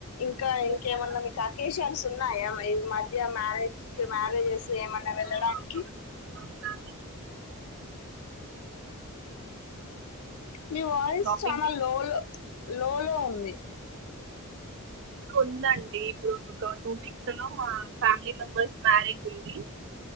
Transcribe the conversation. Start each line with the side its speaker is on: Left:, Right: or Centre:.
Left: ఇంకా
Right: చేశారా
Left: ఇంకేమన్నా మీకు అకేషన్స్ ఉన్నాయా ఈ మధ్య మ్యారేజ్కి మ్యారేజెస్ ఏమన్నా వెళ్ళడానికి
Right: ఆ మా ఫ్యామిలీ
Left: మీ వాయిస్
Right: షాపింగ్
Left: చానా
Right: కి
Left: లో లో లో లో ఉంది
Right: ఉందండి ఇప్పుడు ఒక టూ వీక్స్ లో మా ఫ్యామిలీ మెంబర్స్ మ్యారేజ్ ఉంది